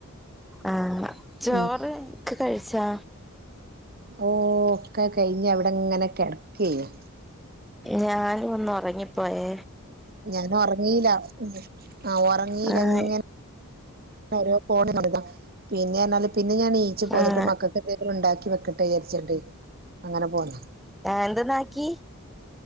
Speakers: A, in the centre; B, on the right.
A: ആഹ ചോറ്
B: ഉം
A: ഒക്കെ കഴിച്ചാ
B: ഓ ഒക്കെ കഴിഞ്ഞ അവിടെ ഇങ്ങനെ കിടക്കുവേനി
A: ഞാനു ഒന്നൊറങ്ങിപ്പോയേ
B: ഞാനൊറങ്ങീല ആ ഉറങ്ങീല
A: ആഹ്
B: ഇങ്ങനെ ആരോ പോണ കണ്ടതാ പിന്നെ എന്നാല് പിന്നെ ഞാൻ നീച്ച് പോന്നിട്ട്
A: ആഹ്
B: മക്കൾക്ക് എന്തേലൊക്കെ ഉണ്ടാക്കി വെക്കട്ടെ വിചാരിച്ചണ്ട് അങ്ങനെ പോന്ന
A: എന്തെന്നാക്കി